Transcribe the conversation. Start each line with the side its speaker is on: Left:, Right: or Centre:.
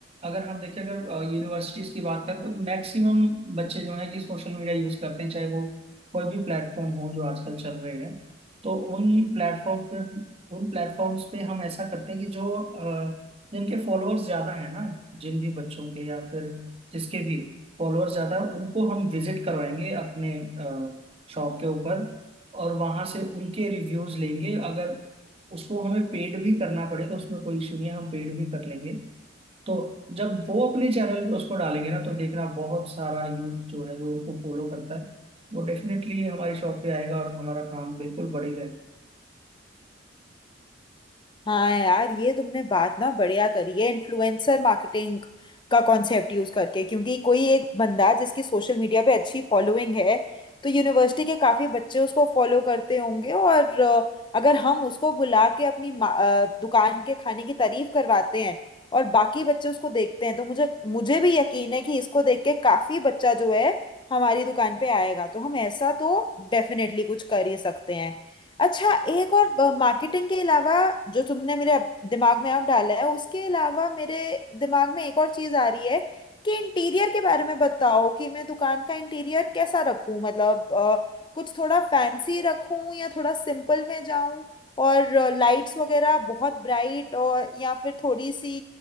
Right: अगर हम देखें अगर यूनिवर्सिटीज़ की बात करें तो मैक्सिमम बच्चे जो हैं कि सोशल मीडिया यूज़ करते हैं चाहे वो कोई भी प्लेटफॉर्म हो जो आजकल चल रहे हैं तो उन प्लेटफॉर्म पे उन प्लेटफॉर्म्स पे हम ऐसा करते हैं कि जो अ, जिनके फॉलोअर्स ज़्यादा हैं ना जिन भी बच्चों के या फिर जिसके भी फॉलोअर्स ज़्यादा हैं, उनको हम विजिट करवाएंगे अपने शॉप के ऊपर और वहां से उनके रिव्यूज लेंगे अगर उसको हमें पेड भी करना पड़ेगा उसमें कोई इशू नहीं है हम पेड भी कर लेंगे तो जब वो अपने चैनल पे उसको डालेंगे ना तो देखना बहुत सारा यूथ जो है जो उनको फॉलो करता है वो डेफिनेटली हमारी शॉप पे आएगा और हमारा काम बिल्कुल बढ़ेगा
Left: हाँ यार ये तुमने बात ना बढ़िया करी है इन्फ्लुएंसर मार्केटिंग का कॉन्सेप्ट यूज करके क्योंकि कोई एक बंदा जिसकी सोशल मीडिया पे अच्छी फॉलोइंग है तो यूनिवर्सिटी के काफी बच्चे उसको फॉलो करते होंगे और अ, अगर हम उसको बुला के अपनी मा- अ, दुकान के खाने की तारीफ करवाते हैं और बाकी बच्चे उसको देखते हैं तो मुझे मुझे भी यकीन है कि इसको देख के काफी बच्चा जो है हमारी दुकान पे आएगा तो हम ऐसा तो डेफिनेटली कुछ कर ही सकते हैं अच्छा एक और मार्केटिंग के अलावा जो तुमने मेरे अब- दिमाग में अब डाला है उसके अलावा मेरे दिमाग में एक और चीज आ रही है कि इंटीरियर के बारे में बताओ कि मैं दुकान का इंटीरियर कैसा रखूं मतलब अ, कुछ थोड़ा फैंसी रखूं या थोड़ा सिंपल में जाऊं और लाइट्स वगैरह बहुत ब्राइट और या फिर थोड़ी सी